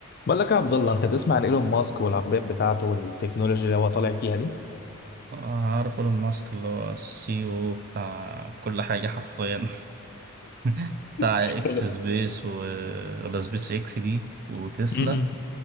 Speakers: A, on the left; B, on the right.
A: بقول لك يا عبد الله انت تسمع عن ايلون ماسك والعربيات بتاعته والتكنولوجيا اللي هو طالع فيها دي
B: آه، عارف ايلون ماسك اللي هو السي او بتاع كل حاجة حرفيا <laughs> بتاع
A: <laughs>
B: اكس سبيس و... ولا سبيس اكس دي وتسلا
A: م-م.